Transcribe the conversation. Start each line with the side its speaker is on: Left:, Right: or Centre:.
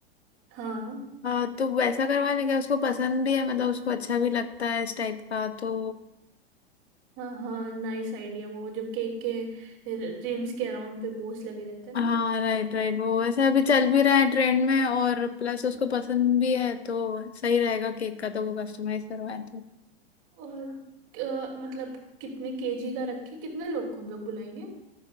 Right: हाँ
Left: हाँ तो वैसा करवा लेंगे उसको पसंद भी है मतलब उसको अच्छा भी लगता है इस टाइप का तो
Right: हाँ हाँ नाइस आइडिया वो जो केक के रिम्स के अराउंड पे बोस लगे रहते हैं
Left: हाँ
Right: ना
Left: राइट राइट वो ऐसे अभी चल भी रहा है ट्रेंड में और प्लस उसको पसंद भी है तो सही रहेगा केक का तो वो कस्टमाइज करवाएं तो।
Right: और अ, मतलब कितने केजी का रखे कितने लोग को हम लोग बुलाएंगे